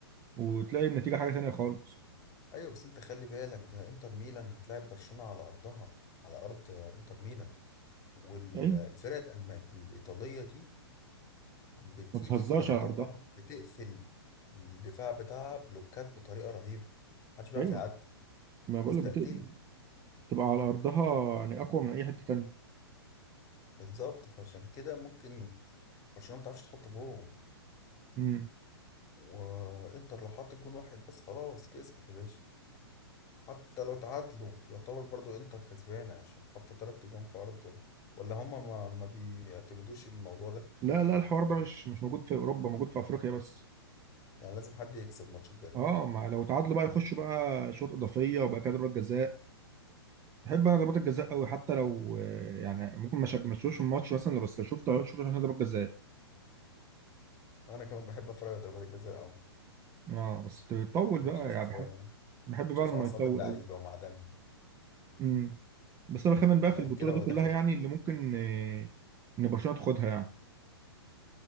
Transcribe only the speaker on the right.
وتلاقي النتيجه حاجه تانية خالص
ايوه
ما بتهزرش
على ارضها
ايوه
ما بقول
لك بتبقى على ارضها يعني اقوى من اي حته تانية
امم
لا لا الحوار ده مش مش موجود في اوروبا موجود في افريقيا بس
اه ما لو تعادلوا بقى يخشوا بقى شوط اضافيه وبقى كده ضربات جزاء بحب انا ضربات الجزاء قوي حتى لو آه، يعني ممكن ما شج- ما شفتوش الماتش مثلا لو بس لو شفته شفت عشان ضربات جزاء
اه بس تطول
بقى يعني بحب بحب بقى
لما
يطول
قوي بس انا بخمن بقى في
البطوله
دي
كلها
يعني اللي
ممكن آه، ان برشلونه تاخدها يعني